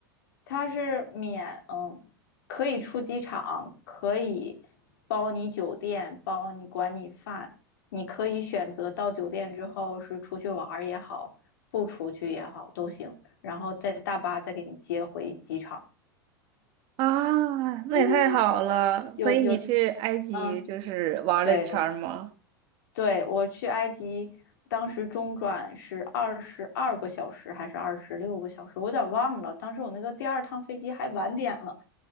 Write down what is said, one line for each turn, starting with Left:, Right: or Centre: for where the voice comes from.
Left: 它是免，嗯，可以出机场，可以包你酒店，包你管你饭，你可以选择到酒店之后是出去玩儿也好，不出去也好都行，然后再大巴再给你接回机场。
Right: 啊，那也太好了。
Left: 嗯，有有，
Right: 所以你去埃及就是玩了一圈儿吗？
Left: 嗯，对，对，我去埃及，当时中转是二十二个小时还是二十六个小时，我有点忘了。当时我那个第二趟飞机还晚点了，